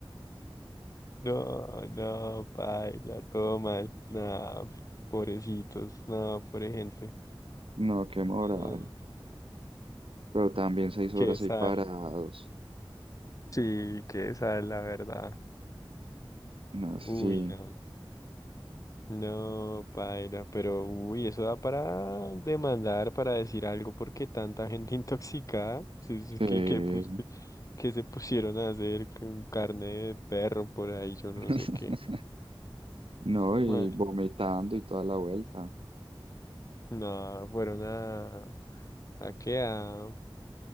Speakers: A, on the left; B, on the right.
A: No, no, paila, todo mal. No, pobrecitos. No, pobre gente.
B: No, qué moral.
A: No,
B: pero también seis horas
A: qué sal.
B: ahí parados.
A: Sí, qué sal, la verdad.
B: No sé
A: Uy,
B: si...
A: no. No, paila, pero uy, eso da para demandar, para decir algo, porque tanta gente <laughs> intoxicada, sí, sí,
B: eh,
A: que, que, se pusieron a hacer con carne de perro por ahí, yo
B: <laughs>
A: no sé qué.
B: no, y
A: Bueno,
B: vomitando y toda la vuelta.
A: no, fueron a, ¿a qué? A,